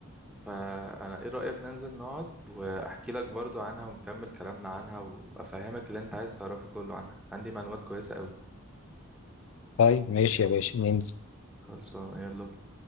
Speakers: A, in the centre; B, on the left (about 60°).
A: فانا ايه رايك ننزل نقعد واحكي لك برضو عنها ونكمل كلامنا عنها وافهمك اللي انت عايز تعرفه كله عنها عندي معلومات كويسه قوي
B: طيب ماشي يا باشا ننزل
A: خلصانه يلا بينا